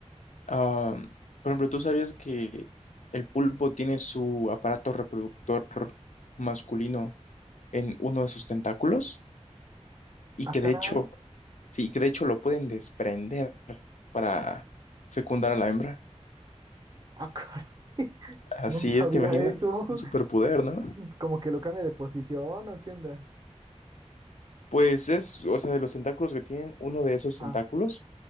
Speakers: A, on the left; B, on the right.
A: Ah, por ejemplo, ¿tú sabías que el pulpo tiene su aparato reproductor masculino en uno de sus tentáculos? Y
B: Ah,
A: que
B: caray,
A: de hecho, sí, que de hecho lo pueden desprender para fecundar a la hembra.
B: ah, caray, <laughs>
A: Así
B: no sabía
A: es, ¿te imaginas?
B: eso,
A: Un superpoder,
B: <laughs>
A: ¿no?
B: como que lo cambia de posición, ¿o qué onda?
A: Pues es, o sea, de los tentáculos que tienen, uno de esos
B: Ah,
A: tentáculos